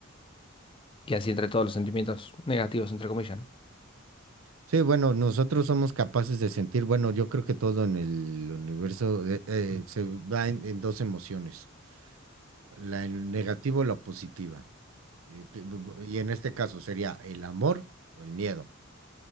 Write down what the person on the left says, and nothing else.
Y así entre todos los sentimientos negativos, entre comillas, ¿no?